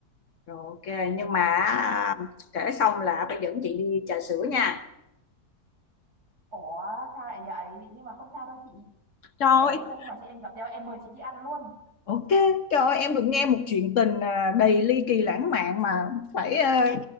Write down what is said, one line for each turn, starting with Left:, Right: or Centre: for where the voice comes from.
Left: Rồi ok nhưng mà à, kể xong là phải dẫn chị đi trà sữa nha.
Right: Ủa sao lại vậy? Nhưng mà không sao đâu chị.
Left: Trời,
Right: Chị cứ kể đi sao hôm nào chị em gặp nhau em mời chị đi ăn luôn.
Left: ok, trời ơi, em được nghe một chuyện tình à, đầy ly kỳ lãng mạn mà phải à,